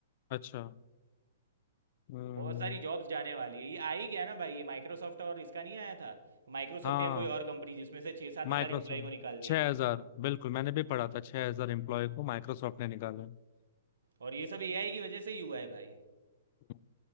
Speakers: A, on the left (about 50°); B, on the right (about 80°).
A: अच्छा हम्म,
B: बहुत सारी जॉब्स जाने वाली है ये आ ही गया ना भाई ये माइक्रोसॉफ्ट और इसका नहीं आया था माइक्रोसॉफ्ट
A: हाँ
B: या कोई और कंपनी जिसमें से छः सात हज़ार
A: माइक्रोसॉफ्ट
B: एम्प्लॉय को निकाल दिया
A: छह हजार बिल्कुल मैंने भी पढ़ा था छह हजार एम्प्लॉय को माइक्रोसॉफ्ट ने निकाला
B: और ये सब एआई की वजह से ही हुआ है भाई
A: है